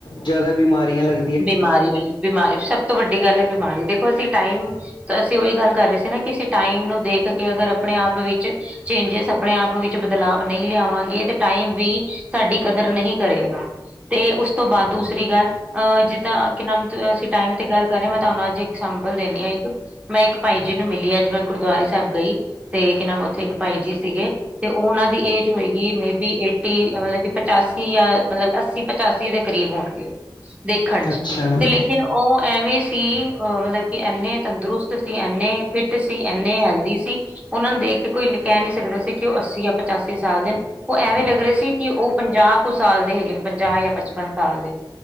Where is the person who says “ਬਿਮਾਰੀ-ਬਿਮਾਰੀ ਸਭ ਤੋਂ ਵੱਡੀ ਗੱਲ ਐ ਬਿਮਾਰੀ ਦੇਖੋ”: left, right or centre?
Right